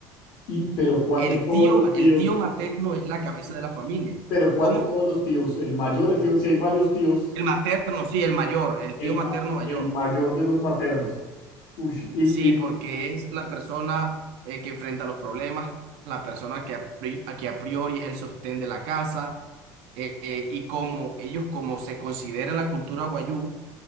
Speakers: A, on the left; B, on the right.
A: Y, pero ¿cuál
B: El
A: de todos
B: tío,
A: los
B: ma- el
A: tíos?
B: tío materno es la cabeza de la familia.
A: ¿Pero cuál
B: ¿Cómo?
A: de todos los tíos? El mayor, el tío. Si hay varios tíos,
B: El materno, sí, el mayor, el
A: el,
B: tío materno
A: ma-
B: mayor.
A: el mayor de los maternos. Ush, y,
B: Sí,
A: y,
B: porque es la persona eh, que enfrenta los problemas, la persona que a, pri- a que a priori es el sostén de la casa. eh, eh, y como ellos, como se considera en la cultura guayú,